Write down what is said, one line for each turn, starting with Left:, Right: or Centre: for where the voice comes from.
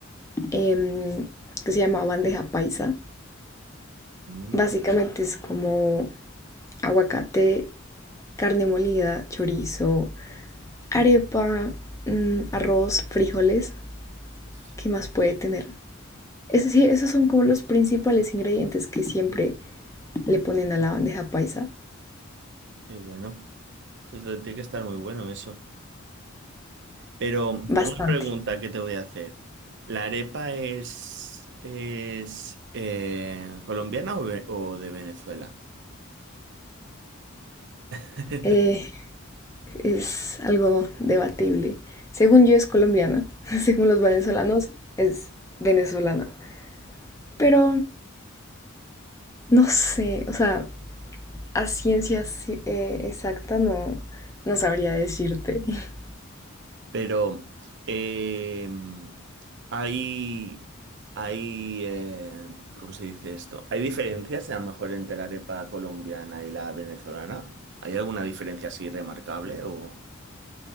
Left: em, que se llama bandeja paisa.
Right: Mm,
Left: Básicamente es como aguacate, carne molida, chorizo, arepa, mm, arroz, frijoles.
Right: sí,
Left: ¿Qué más puede tener? Es decir, esos son como los principales ingredientes que siempre le ponen a la bandeja paisa.
Right: qué bueno. Eso te- tiene que estar muy bueno eso. Pero
Left: Bastante.
Right: una pregunta que te voy a hacer. ¿La arepa es, es eh, colombiana o, ve- o de Venezuela? <laughs>
Left: Eh, es algo debatible. Según yo es colombiana, <laughs> según los venezolanos es venezolana. Pero no sé, o sea, a ciencia si, eh, exacta no, no sabría decirte. <laughs>
Right: Pero eh, hay, hay eh, ¿cómo se dice esto? ¿Hay diferencias a lo mejor entre la arepa colombiana y la venezolana? ¿Hay alguna diferencia así remarcable o,